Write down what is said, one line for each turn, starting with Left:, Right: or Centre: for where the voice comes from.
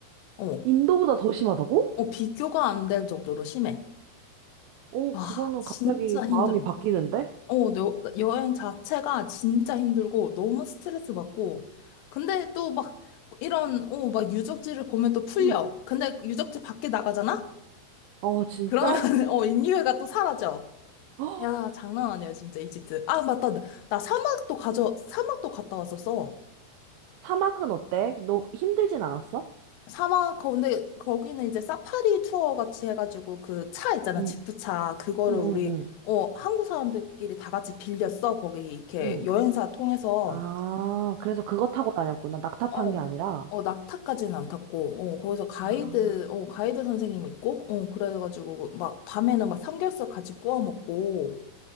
Left: 어,
Right: 인도보다 더 심하다고?
Left: 어, 비교가 안 될 정도로 심해.
Right: 어,
Left: 아,
Right: 그거는
Left: 진짜
Right: 갑자기
Left: 힘들어.
Right: 마음이 바뀌는데?
Left: 어, 여, 여행 자체가 진짜 힘들고, 너무 스트레스 받고, 근데 또 막, 이런, 어, 막 유적지를 보면 또 풀려.
Right: 응,
Left: 근데 유적지 밖에 나가잖아?
Right: 어, 진짜?
Left: 그러면, <laughs> 어, 인류애가 또 사라져.
Right: <gasps> 헉,
Left: 야, 장난 아니야, 진짜, 이집트. 아, 맞다. 나 나 사막도 가져, 사막도 갔다 왔었어.
Right: 사막은 어때? 너 힘들진 않았어?
Left: 사막 거- 근데 거기는 이제 사파리 투어 같이 해가지고 그 차 있잖아
Right: 응,
Left: 지프차 그거를
Right: 응,
Left: 우리
Right: 응, 응.
Left: 어 한국 사람들끼리 다 같이 빌렸어 거기 이렇게
Right: 응.
Left: 여행사 통해서
Right: 아, 그래서 그거 타고 다녔구나. 낙타
Left: 어,
Right: 탄 게 아니라.
Left: 어 낙타까지는 안 탔고 어 거기서 가이드
Right: 아.
Left: 어 가이드 선생님 있고 어 그래가지고 그 막 밤에는 막 삼겹살 같이 구워 먹고